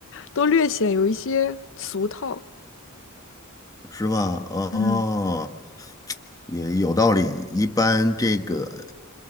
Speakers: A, on the left; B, on the left.
A: 都略显有一些俗套。
B: 是吧？哦，
A: 嗯。
B: 也有道理。一般这个